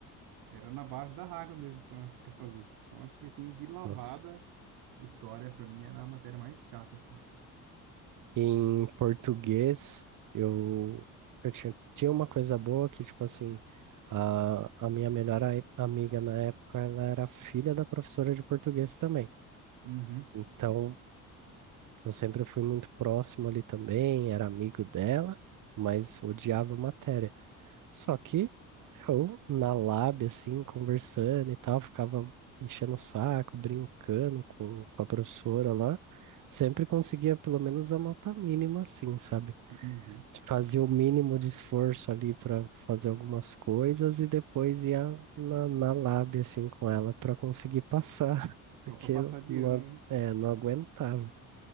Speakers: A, on the right; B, on the right.
A: Era na base da raiva mesmo pra pra fazer. Então acho que assim, de lavada,
B: Nossa.
A: história pra mim era a matéria mais chata, assim, cara.
B: Em português, eu, eu tinha, tinha uma coisa boa que, tipo assim, a, a minha melhor ai- amiga na época, ela era filha da professora de português também.
A: Uhum,
B: Então, Eu sempre fui muito próximo ali também, era amigo dela, mas odiava matéria. Só que eu, na lab, assim, conversando e tal, ficava enchendo o saco, brincando com, com a professora lá, sempre conseguia pelo menos a nota mínima, assim, sabe?
A: uhum.
B: Fazia o mínimo de esforço ali para fazer algumas coisas e depois ia na, na lab, assim, com ela para conseguir passar, <laughs> porque
A: Só pra passar
B: eu
A: de
B: não,
A: ano,
B: agu-
A: né?
B: é, não aguentava.